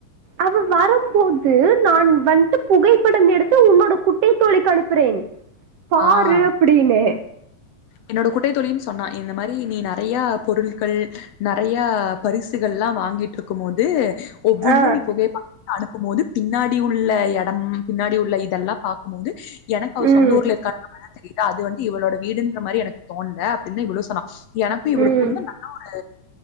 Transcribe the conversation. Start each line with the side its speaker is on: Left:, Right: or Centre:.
Right: அவன் வரும் போது நான் வந்து புகைப்படம் எடுத்து உன்னோட குட்டை தோழிக்கு அனுப்புறேன் பாரு
Left: ஆ
Right: அப்டினே
Left: என்னோட குட்டைத்தோழின்னு சொன்னா இந்த மாரி நீ நிறைய பொருட்கள் நிறைய பரிசுகள்ல்லாம் வாங்கிட்டு இருக்கும் போது ஒவ்வொன்னும்
Right: ஆ
Left: நீ போகைப அனுப்பும் போது பின்னாடி உள்ள எடம் பின்னாடி உள்ள இதெல்லாம் பாக்கும் போது எனக்கு அவ
Right: ம்
Left: சொந்த ஊர்ல இருக்காங்க மாரி தெரியி அது வந்து இவளோட வீடுன்னு மாரி எனக்கு தோன்ல அப்படின்னு இவ்ளு சொன்னா எனக்கு இவளுக்குதா
Right: ம்
Left: நல்ல ஒரு